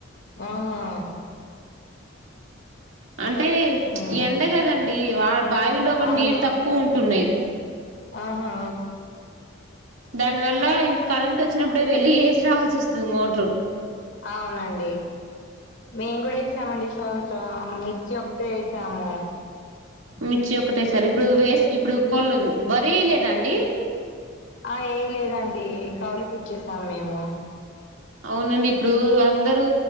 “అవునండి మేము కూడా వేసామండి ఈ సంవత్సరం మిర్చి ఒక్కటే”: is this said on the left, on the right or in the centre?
Left